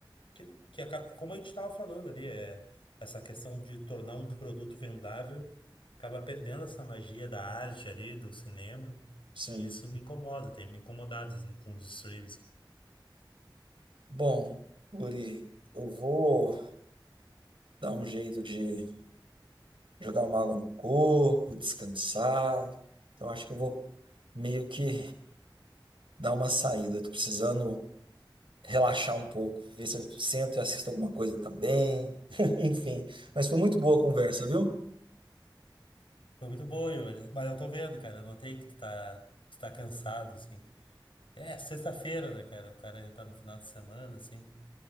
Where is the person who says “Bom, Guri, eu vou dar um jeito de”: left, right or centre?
Right